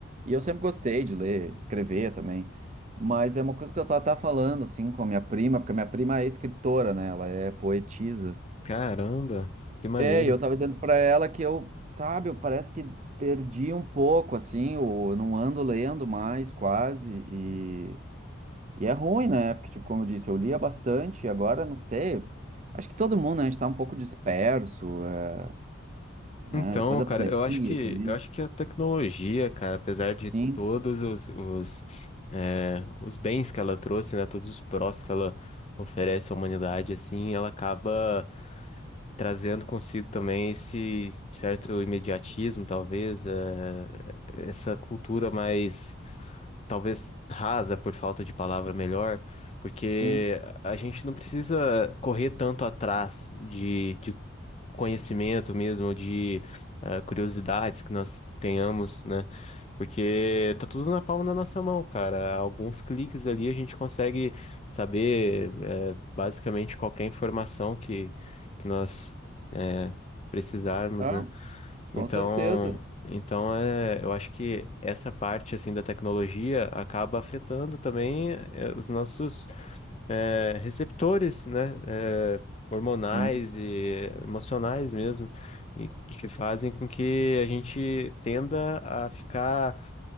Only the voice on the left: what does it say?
Caramba, que maneiro.
Então,
cara,
eu acho que
eu acho que a tecnologia, cara, apesar de
todos os, os, é, os bens que ela trouxe, né, todos os prós que ela oferece à humanidade, assim, ela acaba trazendo consigo também esse certo imediatismo, talvez, é, essa cultura mais talvez rasa por falta de palavra melhor, porque
a gente não precisa correr tanto atrás de, de conhecimento mesmo, de ah, curiosidades que nós tenhamos, né? Porque tá tudo na palma da nossa mão, cara. Alguns cliques ali a gente consegue saber eh, basicamente qualquer informação que, que nós eh, precisarmos,
né?
Então,
então é, eu acho que essa parte assim da tecnologia acaba afetando também eh, os nossos eh, receptores, né, eh, hormonais
e emocionais mesmo, e que fazem com que a gente tenda a ficar